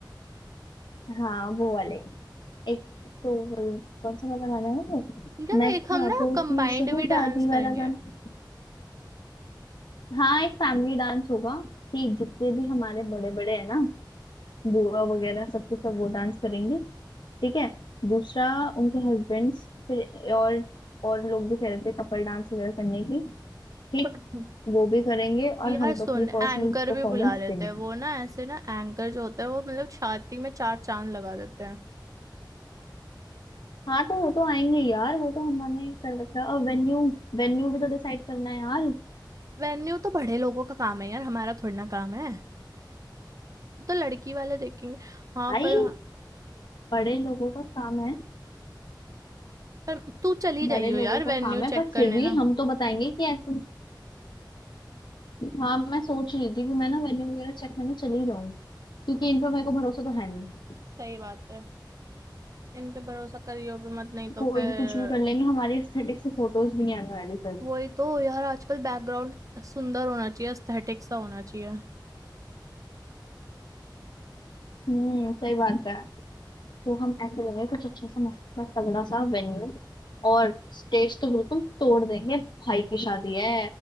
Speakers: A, on the left; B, on the right.
A: हाँ वो वाले एक तो वो कौन सा वाला गाना है वो
B: इनका
A: मैं
B: एक
A: ख्वाबों
B: हम ना कंबाइंड
A: की शहजादी
B: भी डांस करेंगे
A: वाला गाना हाँ एक फैमिली डांस होगा कि जितने भी हमारे बड़े बड़े है ना बुआ वगैरह सबके सब वो डांस करेंगे ठीक है दूसरा उनके हस्बैंड्स फिर और और लोग भी कह रहे थे कपल डांस वगैरह करने की ठीक
B: <laughs>
A: वो भी करेंगे और
B: यार
A: हम तो
B: सुन
A: अपनी
B: एंकर
A: पर्सनल परफॉर्मेंस
B: भी बुला लेते
A: देंगे
B: हैं वो ना ऐसे ना एंकर जो होता है वो मतलब छाती में चार चांद लगा देते हैं
A: हाँ तो वो तो आएंगे यार वो तो हमने कर रखा है और वेन्यू वेन्यू भी तो डिसाइड करना है यार
B: वेन्यू तो बड़े लोगों का काम है यार हमारा थोड़ी ना काम है तो तो लड़की वाले देखेंगे हाँ
A: भाई
B: पर
A: बड़े लोगों का काम है
B: पर तू चली
A: बड़े
B: जाइयो
A: लोगों
B: यार
A: का
B: वेन्यू
A: काम है
B: चेक
A: पर फिर
B: करने
A: भी
B: ना
A: हम तो बताएंगे कि ऐसे हाँ मैं सोच रही थी कि मैं ना वेन्यू वगैरह चेक करने चली जाऊँ क्योंकि इन पर मेरे को भरोसा तो है नहीं।
B: सही बात है इन पे भरोसा करियो भी मत नहीं तो
A: कोई
B: फिर
A: भी कुछ भी कर लेंगे हमारी एस्थेटिक से फोटोज भी नहीं आने वाली फिर
B: वही तो यार आजकल बैकग्राउंड सुंदर होना चाहिए एस्थेटिक सा होना चाहिए
A: हम्म सही बात है तो हम ऐसे लेंगे कुछ अच्छा सा मस्त सा तगड़ा सा वेन्यू और स्टेज तो बिल्कुल तोड़ देंगे भाई की शादी है